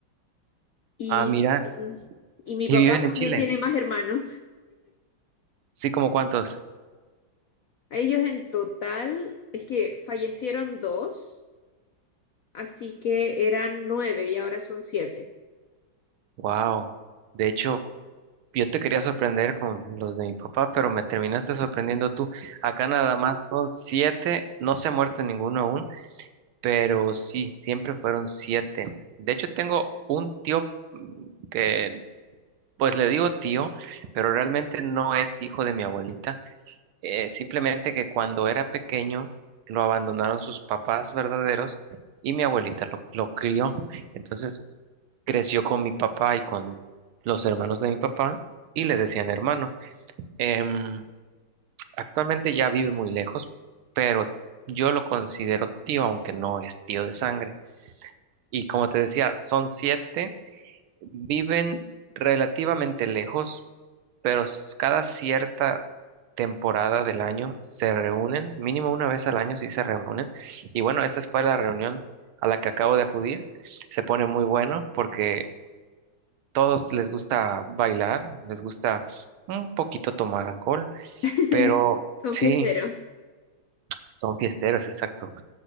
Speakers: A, on the left; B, on the right.
A: Y,
B: Ah, mira,
A: y, y mi
B: y
A: papá
B: viven en
A: también
B: Chile.
A: tiene más hermanos.
B: Sí, ¿como cuántos?
A: A ellos en total, es que fallecieron dos, así que eran nueve y ahora son siete.
B: Wow. De hecho, yo te quería sorprender con los de mi papá, pero me terminaste sorprendiendo tú. Acá nada más son siete, no se ha muerto ninguno aún. Pero sí, siempre fueron siete. De hecho, tengo un tío mm, que, pues le digo tío, pero realmente no es hijo de mi abuelita. Eh, simplemente que cuando era pequeño lo abandonaron sus papás verdaderos y mi abuelita lo, lo crió. Entonces creció con mi papá y con los hermanos de mi papá y le decían hermano. Em, actualmente ya vive muy lejos, pero yo lo considero tío, aunque no es tío de sangre. Y como te decía, son siete, viven relativamente lejos, pero s- cada cierta temporada del año se reúnen, mínimo una vez al año sí se reúnen. Y bueno, esa fue la reunión a la que acabo de acudir. Se pone muy bueno porque todos les gusta bailar, les gusta un poquito tomar alcohol,
A: <laughs>
B: pero
A: Son
B: sí,
A: fiesteros.
B: son fiesteros, exacto.